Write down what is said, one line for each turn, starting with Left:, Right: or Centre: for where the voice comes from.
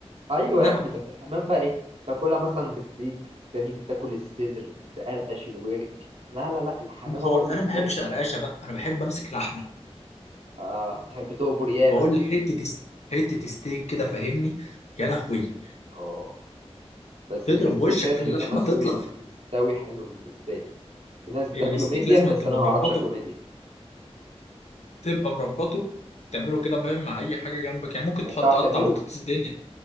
Right: ايوه
Left: نعم
Right: يا ابني بس الحمام بقى ايه تاكلها مثلا بفريك فاهم تاكل الصدر تقرقش الورك لا لا لا الحمامه
Left: هو
Right: برضو
Left: انا
Right: مزاج
Left: ما بحبش القرقشه بقى انا بحب امسك لحمه
Right: اه بتحب تهبر ياما
Left: بقول
Right: انت
Left: لك حته س- حته ستيك كده فاهمني يا لهوي
Right: اه بس
Left: تضرب
Right: الستيك
Left: وشك
Right: لازم
Left: في اللحمه
Right: يبقى مسوي
Left: تطلع ف-
Right: مستوي حلو بالنسبه لي في ناس بتاكله
Left: الستيك
Right: ميديم
Left: لازم
Right: بس
Left: تبقى
Right: انا ما
Left: مربطه
Right: اعرفش اكله ميديم
Left: تبقى مربطه تعمله كده فاهم مع اي حاجه جنبك يعني ممكن
Right: طب
Left: تحط
Right: بتعرف
Left: قطع
Right: تعمله
Left: بطاطس الدنيا